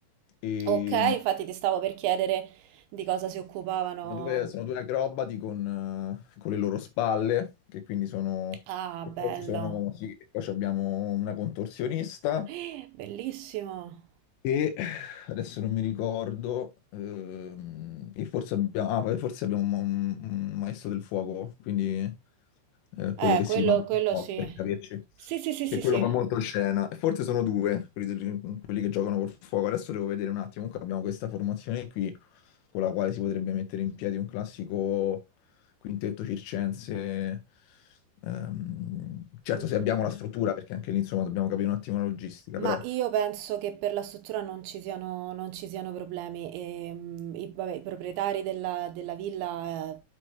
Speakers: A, on the left (about 80°); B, on the right (about 75°).
A: e...
B: ok, infatti ti stavo per chiedere di cosa si occupavano.
A: Sono due, sono due acrobati con, eh, con le loro spalle, che quindi sono...
B: Ah,
A: E
B: bello,
A: poi ci sono, sì, e poi ci abbiamo una contorsionista
B: <gasps> Eh, bellissimo.
A: e adesso non mi ricordo, ehm, e forse abbiamo, ah, forse abbiamo un, un maestro del fuoco, quindi eh, quello
B: Eh,
A: che
B: quello,
A: si mangia
B: quello
A: il fuoco,
B: sì.
A: per capirci
B: Sì, sì, sì,
A: che
B: sì,
A: quello
B: sì.
A: fa molto scena. Forse sono due quelli, del- quelli che giocano col fuoco. Adesso devo vedere un attimo. Comunque abbiamo questa formazione qui con la quale si potrebbe mettere in piedi un classico quintetto circense. Ehm, certo,
B: Mm,
A: se
B: mm,
A: abbiamo
B: mm.
A: la struttura, perché anche lì insomma dobbiamo capire un attimo la logistica,
B: Ma
A: però.
B: io penso che per la struttura non ci siano, non ci siano problemi. E, mm, i, vabbè, i proprietari della, della villa eh,